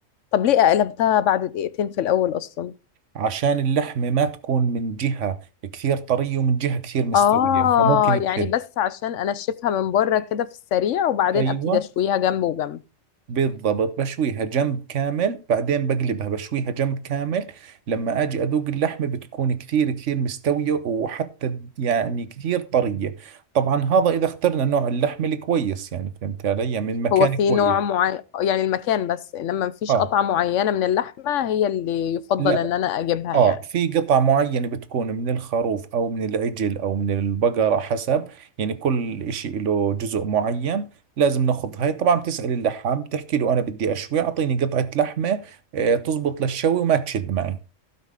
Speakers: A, on the left; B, on the right.
A: طب ليه قلبتها بعد دقيقتين في الاول اصلا
B: عشان اللحمة ما تكون من جهة كثير طرية ومن جهة كثير مستوية
A: اه
B: فممكن
A: يعني
B: تشد
A: بس عشان انشفها من بره كده في السريع وبعدين
B: ايوه
A: ابتدي اشويها جنب وجنب
B: بالضبط بشويها جنب كامل بعدين بقلبها بشويها جنب كامل لما اجي اذوق اللحمة بتكون كثير كثير مستوية وحتى يعني كثير طرية طبعا هذا اذا اخترنا نوع اللحم الكويس يعني فهمت علي يعني من مكان
A: هو في
B: كويس
A: نوع معين يعني المكان بس انما مفيش
B: اه
A: قطعة معينة من اللحمة هي اللي يفضل
B: لا
A: ان انا اجيبها
B: اه
A: يعني
B: في قطع معينة بتكون من الخروف او من العجل او من البقرة حسب يعني كل اشي له جزء معين لازم ناخذ هاي طبعا بتسأل اللحام بتحكي له انا بدي اشوي اعطيني قطعة لحمة آه تزبط للشوي وما تشد معي